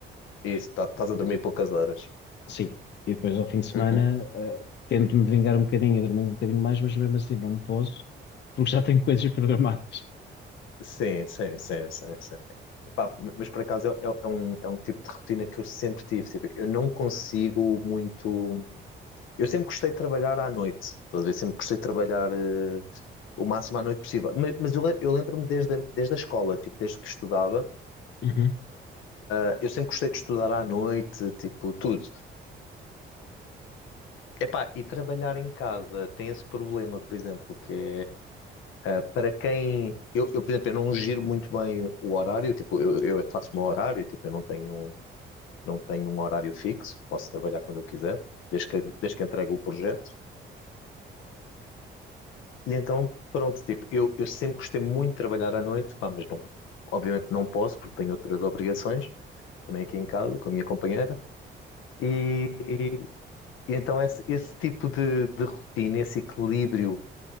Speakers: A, on the left; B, on the left.
A: Isso, tá, estás a dormir poucas horas.
B: Sim, e depois ao fim de semana,
A: Uhum.
B: eh, tento-me vingar um bocadinho, e dormir um bocadinho mais, mas mesmo assim não posso, porque já tenho <laughs> coisas programadas.
A: Sim, sim, sim, sim, sim. Epá, mas por acaso é, é- é um, é um tipo de rotina que eu sempre tive. Tipo, eu não consigo muito. Eu sempre gostei de trabalhar à noite, estás a ver? Sempre gostei de trabalhar eh, o máximo à noite possível. Mas, mas eu, le- eu lembro-me desde, a- desde a escola, tipo, desde que estudava,
B: Uhum.
A: eh, eu sempre gostei de estudar à noite, tipo, tudo. Epá, e trabalhar em casa tem esse problema, por exemplo, que é eh, para quem. Eu, eu, por exemplo, eu não giro muito bem o horário, tipo, eu, eu é que faço o meu horário, tipo, eu não tenho, não tenho um horário fixo, posso trabalhar quando eu quiser, desde que, desde que entregue o projeto. E então, pronto, tipo, eu, eu sempre gostei muito de trabalhar à noite, pá, mas não, obviamente não posso porque tenho outras obrigações, também aqui em casa, com a minha companheira. E, e então esse, esse tipo de, de rotina, esse equilíbrio